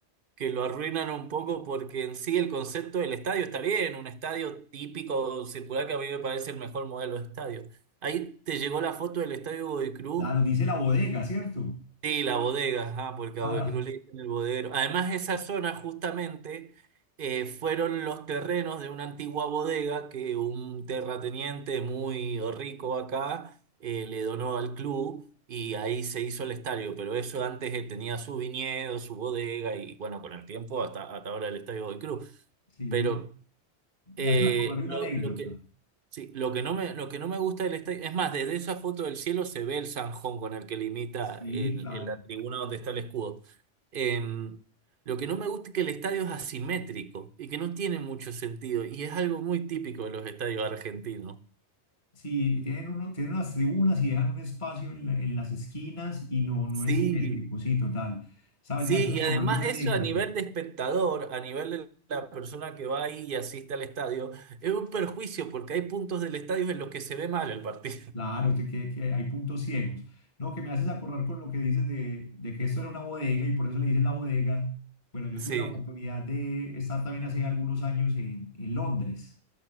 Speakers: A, on the right; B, on the left.
A: que lo arruinan un poco porque en sí el concepto del estadio está bien, un estadio típico circular que a mí me parece el mejor modelo de estadio. Ahí te llegó la foto del estadio Godoy Cruz
B: Claro, dice la bodega, ¿cierto? <laughs>
A: Sí, la bodega, ajá, porque
B: Ah,
A: a Godoy Cruz le dicen el bodeguero. Además, esa zona justamente eh, fueron los terrenos de una antigua bodega que un terrateniente muy rico acá eh, le donó al club y ahí se hizo el estadio. Pero eso antes eh, tenía su viñedo, su bodega y bueno, con el tiempo hasta, hasta ahora el estadio Godoy Cruz.
B: sí,
A: Pero
B: me
A: eh,
B: hace acordar de una
A: lo,
B: anécdota.
A: lo que... Sí, lo que no me, lo que no me gusta del estadio, es más, desde esa foto del cielo se ve el zanjón con el que limita
B: Sí,
A: el-
B: claro.
A: el- la tribuna donde está el escudo. Eh, lo que no me gusta es que el estadio es asimétrico y que no tiene mucho sentido y es algo muy típico de los estadios argentinos.
B: Sí, tienen, uno, tienen unas tribunas y dejan un espacio en, la- en las esquinas y no, no
A: Sí,
B: es simétrico, sí, total. ¿Sabes?
A: sí,
B: Me haces
A: y
B: acordar
A: además
B: de una
A: eso
B: anécdota.
A: a nivel de espectador, a nivel de la persona que va ahí y asiste al estadio, es un perjuicio porque hay puntos del estadio en los que se ve mal el partido.
B: Claro,
A: <laughs>
B: te- que, que hay puntos ciegos. No, que me haces acordar con lo que dices de, de que esto era una bodega y por eso le dicen la bodega. Bueno, yo
A: Sí.
B: tuve la oportunidad de estar también hace algunos años en, en Londres,